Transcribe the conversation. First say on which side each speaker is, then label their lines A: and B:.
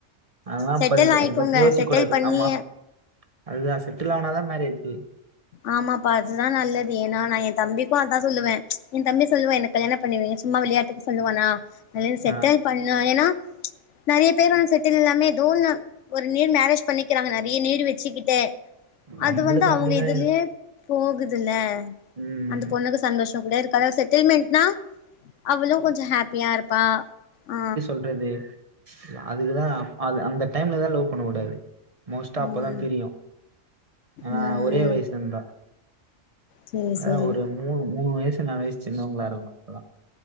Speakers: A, on the right; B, on the left.
A: ஆனா பதிப்பு
B: செட்டில்
A: அதுஎல்லாம்
B: ஆயிக்கோங்க
A: அத பத்தி யோசிக்ககூடாது
B: செட்டில் பண்ணி
A: ஆமா அதுதா செட்டுல் ஆவனாதா மேரேஜி
B: ஆமாப்பா அதுதா நல்லது ஏன்னா நா என் தம்பிக்கு அதா சொல்லுவே என் தம்பி சொல்லுவே எனக் கல்யாணம் பண்ணுவீங்க சும்மா விளையாட்டுக்கு சொல்லுவேனா கல்யாணம் செட்டாய்
A: ஆ
B: பண்ணா ஏன்னா நெறைய பேர் வந்து செட் இல்லாமே தோண ஒரு நீர் மேரேஜ் பண்ணிக்கிறாங்க நெறைய நீடு வெச்சுக்கிட்டு
A: நம்பளுக்கு
B: அது வந்து
A: அப்டிலா
B: அவுங்க இதுலே
A: இல்ல
B: போகுதுல
A: ம்
B: அந்த பொண்ணுக்கு சந்தோஷ கூட இருக்காது செட்டில்மெண்ட்னா அவளு கொஞ்ச ஹாப்பியா இருப்பா ஆ
A: பண்ணறது அதுக்குதா அந்த டைம்லதா லவ் பண்ணக்கூடாது மோஸ்டா அப்பதா
B: ம்
A: தெரியு ஏனா
B: ம்
A: ஒரே வய்சு இருந்தா
B: சேரி சேரி
A: அ ஒரு மூணு மூணு வயசு நாளு வயசு சின்னவுங்களா இருக்கணு அப்பதா